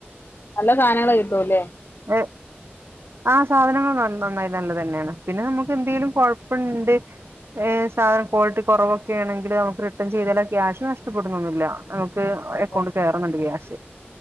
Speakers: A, on the left; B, on the right.
A: നല്ല സാനങ്ങള് കിട്ടുംല്ലേ
B: ആ ആ സാധനങ്ങൾ നൽ നന്നായി നല്ലത് തന്നെയാണ് പിന്നെ നമു ഇതെന്തേലും കൊഴപ്പണ്ട് ഏ സാനം ക്വാളിറ്റി കൊറവൊക്കെ ആണെങ്കിൽ നമുക്ക് റിട്ടേൺ ചെയ്താല് ക്യാഷ് നഷ്ടപ്പെടുന്നൊന്നുല്ല എക്കൗണ്ടി
A: ഓ
B: കയറുന്നുണ്ട് ക്യാഷ്